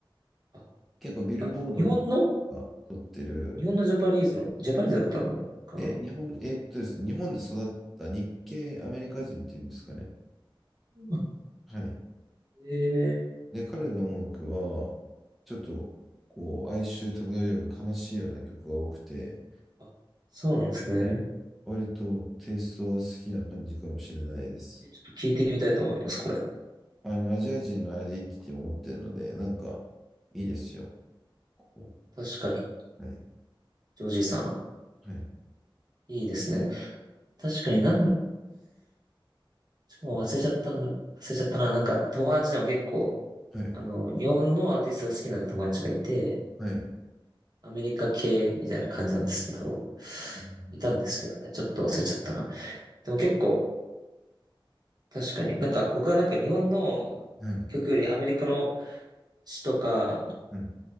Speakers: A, on the right (about 50°); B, in the centre.
A: ー。あ、
B: 結構ビルボードの
A: あ、日本の
B: が撮ってる
A: 日本のジャパニーズの、ジャパニーズの方なのか
B: え、日本、えーっとですね、日本で育った日系アメリカ人っていうんですかね。
A: な
B: はい。
A: ええ
B: で、彼の音楽は、ちょっと、こう、哀愁漂う悲しいような曲が多くて、
A: ー。あ、そうなんですね。
B: はい。割とテイストは好きな感じかもしれないです。
A: えちょっと聞いてみたいと思います、これ。
B: あの、アジア人のアイデンティティを持ってるので、なんか、いいですよ。こ
A: 確かに。
B: う、はい。
A: ジョージさん。
B: はい。
A: いいですね。確かになん、ちょっともう忘れちゃったん、忘れちゃったな。なんか、友達でも結構、
B: はい。
A: あの、日本のアーティストが好きな友達がいて、
B: はい。
A: アメリカ系みたいな感じなんですけど、
B: うん
A: いたんですけどね、ちょっと忘れちゃったな。でも結構、確かに、なんか僕はなんか日本の曲よりアメリカの
B: はい。
A: 詩とか、
B: はい。